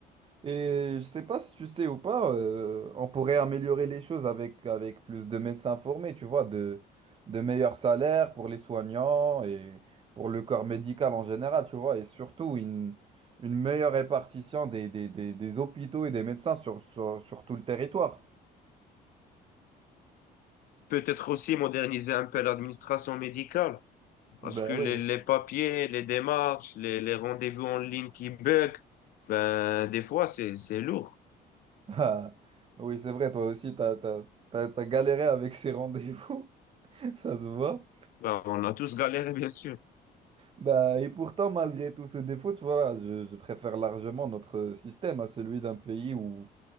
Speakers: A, on the right (about 35°); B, on the left (about 60°).
A: Et je sais pas si tu sais ou pas, euh, on pourrait améliorer les choses avec, avec plus de médecins formés, tu vois, de, de meilleurs salaires pour les soignants et pour le corps médical en général, tu vois, et surtout une, une meilleure répartition des, des, des, des hôpitaux et des médecins sur, sur, sur tout le territoire.
B: peut-être aussi moderniser un peu l'administration médicale, parce
A: Ben
B: que les,
A: oui.
B: les papiers, les démarches, les, les rendez-vous en ligne qui bug, ben, des fois, c'est, c'est lourd.
A: Ah, oui, c'est vrai, toi aussi, t'as, t'as, t'as- t'as galéré avec ces rendez-vous, <laughs> ça se voit.
B: Ben, on a tous galéré, bien sûr.
A: Bah, et pourtant, malgré tous ces défauts, tu vois, je, je préfère largement notre système à celui d'un pays où,